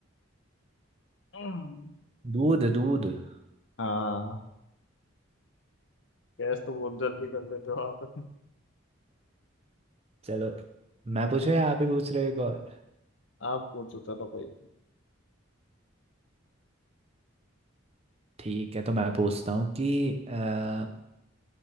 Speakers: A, on the left; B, on the right.
A: हम्म,
B: दूध दूध <laughs>
A: हाँ गैस तो बहुत जल्दी कर लेते हो आप
B: चलो मैं पूछूं या आप ही पूछ रहे हो एक और
A: आप पूछो चलो कोई
B: ठीक है तो मैं पूछता हूँ कि अ,